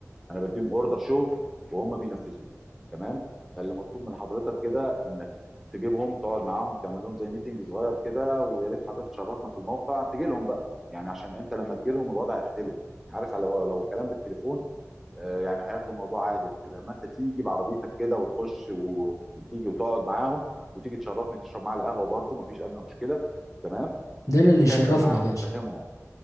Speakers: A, in the centre; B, on the left.
A: انا بديهم اوردر شغل وهم بينفذوه تمام فاللي مطلوب من حضرتك كده انك تجيبهم تقعد معاهم تعمل لهم زي ميتنج صغير كده ويا ريت حضرتك تشرفنا في الموقع تجي لهم بقى يعني عشان انت لما تجي لهم الوضع هيختلف يعني عارف لو لو الكلام بالتليفون آه، يعني هياخدوا الموضوع عادي لكن لما انت تيجي بعربيتك كده وتخش وتيجي وتقعد معاهم وتيجي تشرفني تشرب معايا القهوه برده مفيش ادنى مشكله تمام
B: ده انا
A: تتكلم
B: اللي شرفنا
A: معاهم
B: يا باشا
A: تفهمهم